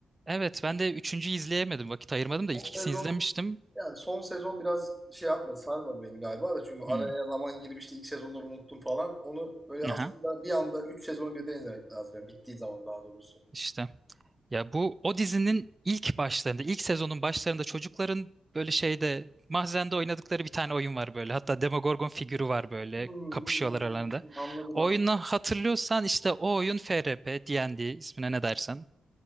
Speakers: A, on the right; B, in the centre.
A: Evet ben de üçüncüyü izleyemedim. Vakit ayırmadım da
B: Son
A: ilk ikisini
B: sezon
A: izlemiştim.
B: yani son sezon biraz şey yapmadı, sarmadı beni galiba da çünkü araya
A: Hmm.
B: zaman girmişti. ilk sezonları unuttum falan. Onu böyle aslında
A: Aha.
B: bir anda 3 sezonu birden izlemek lazım yani bittiği zaman daha doğrusu.
A: İşte ya bu o dizinin ilk başlarında, ilk sezonun başlarında çocukların böyle şeyde mahzende oynadıkları bir tane oyun var böyle. Hatta Demogorgon figürü var böyle
B: Hı, hı, hı,
A: kapışıyorlar
B: hı,
A: aralarında.
B: Anladım
A: O
B: anladım.
A: oyunu hatırlıyorsan işte o oyun FRP, D&D ismine ne dersen.